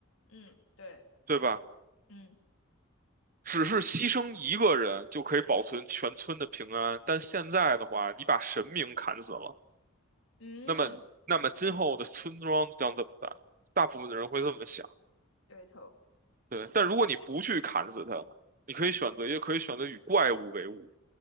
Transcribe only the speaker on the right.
对吧？
只是牺牲一个人就可以保存全村的平安，但现在的话，你把神明砍死了，
那么，那么今后的村庄将怎么办？大部分的人会这么想，
对。但如果你不去砍死他，你可以选择，也可以选择与怪物为伍，